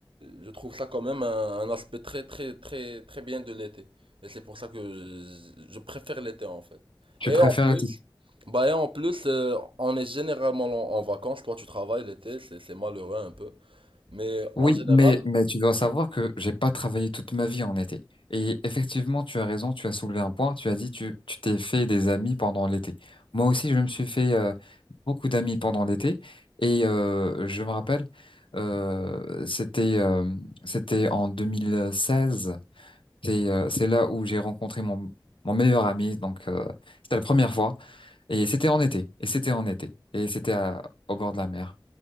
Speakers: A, on the right; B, on the left.
A: je trouve ça quand même un, un aspect très, très, très, très bien de l'été. Et c'est pour ça que je, je préfère l'été, en fait.
B: Tu
A: Et
B: préfères
A: en plus, bah et en plus, euh, on est généralement en, en vacances. Toi, tu travailles l'été, c'est c'est malheureux un peu. Mais
B: Oui,
A: en général,
B: mais, mais tu dois savoir que j'ai pas travaillé toute ma vie en été. Et effectivement, tu as raison, tu as soulevé un point, tu as dit tu tu t'es fait des amis pendant l'été. Moi aussi, je me suis fait euh, beaucoup d'amis pendant l'été. Et euh, je me rappelle, euh, c'était euh, c'était en 2016. C'est euh, c'est là où j'ai rencontré mon, mon meilleur ami. Donc, euh, c'était la première fois. Et c'était en été. Et c'était en été. Et c'était à- au bord de la mer.